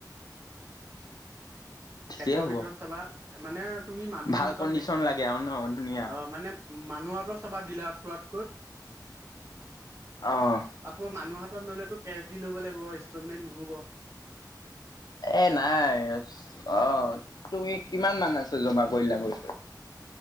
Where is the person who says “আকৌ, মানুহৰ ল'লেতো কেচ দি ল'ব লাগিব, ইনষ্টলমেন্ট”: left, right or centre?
Right